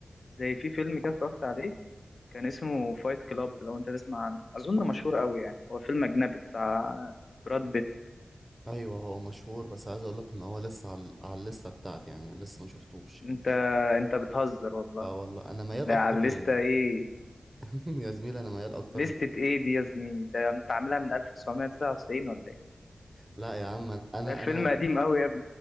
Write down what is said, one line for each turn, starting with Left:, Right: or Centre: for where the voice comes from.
Left: زي في فيلم كده اتفرجت عليه كان اسمه فايت كلاب لو أنت تسمع عنه أظن مشهور أوي يعني هو فيلم أجنبي بتاع براد بيت
Right: ايوه هو مشهور بس عايز اقولك ان هو لسه على على الليسته بتاعتي يعني أنا لسه ما شفتوش
Left: أنت أنت بتهزر والله
Right: اه والله انا ميال
Left: ده
Right: اكتر
Left: على الليستة
Right: لل
Left: إيه
Right: <laughs> يا زميلي انا ميال اكتر
Left: ليستة إيه دي يا زميلي ده أنت عاملها من 1999 ولا إيه
Right: لا يا عم انا
Left: ده الفيلم
Right: انا
Left: قديم أوي